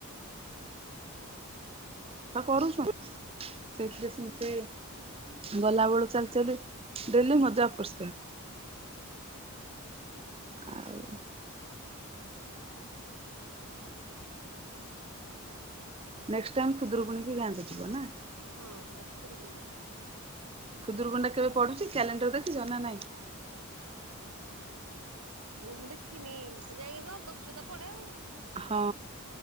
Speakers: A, on the right; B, on the right.
A: ତ କରୁଛୁ, ସେଇଥିରେ ସେମିତି ଗଲାବେଳୁ ଚାଲି ଚାଲି ଡ଼େଲି ମଜା ଅପରିଷ୍କାର। ଆଉ ନେକ୍ସ୍ଟ ଟାଇମ୍ ଖୁଦୁରୁକୁଣୀ କି ଗାଁକୁ ଯିବ ନାଁ?
B: ହଁ ଏ ଖୁଦୁରୁକୁଣୀ କି।
A: ଖୁୁଦୁରୁକୁଣୀଟା କେବେ ପଡୁଛି କ୍ୟାଲେଣ୍ଡର ଦେଖିଚ ନା ନାଇଁ?
B: ମୁଁ ମୁ ଦେଖିନି ଯାଇଁକି ତ ଗର୍ଷ ତ ପଡେ ଆଉ।
A: ହଁ,